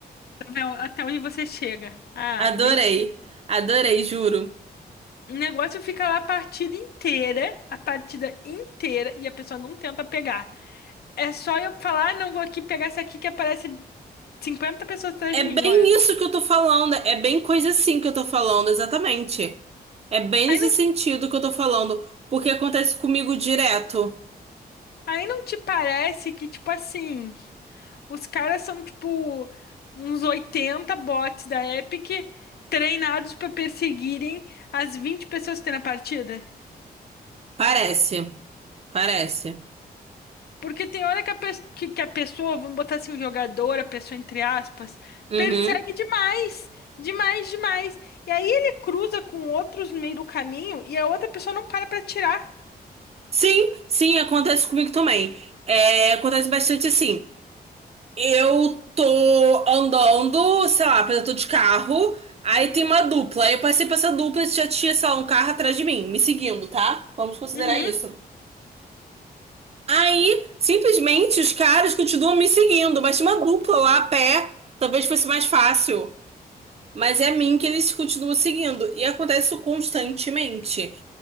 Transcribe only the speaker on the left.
Não, até onde você chega. Ah,
gente.
O negócio fica lá a partida inteira, a partida inteira, e a pessoa não tenta pegar. É só eu falar, ah, não vou aqui pegar essa aqui que aparece 50 pessoas atrás
de mim,
olha.
Aí
não,
aí não te parece que, tipo assim, os caras são, tipo, uns 80 bots da Epic treinados pra perseguirem as 20 pessoas que tem na partida?
Porque tem hora que a, pe- que, que a pessoa, vamos botar assim, o jogador, a pessoa entre aspas,
persegue demais, demais, demais. E aí ele cruza com outros no meio do caminho e a outra pessoa não para pra tirar.
Uhum.